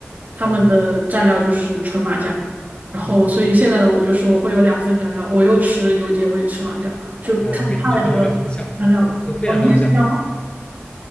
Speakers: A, on the right; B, on the left.
A: 他们的蘸料就是纯麻酱，
B: 嗯
A: 然后所以现在的我就是我会有两份蘸料，
B: 嗯嗯，嗯
A: 我又吃油碟，我也吃麻酱，就看菜和
B: 哎，对你这跟我就很像，
A: 蘸料吧。
B: 就非常非常像。
A: 哦，你也是这样吗？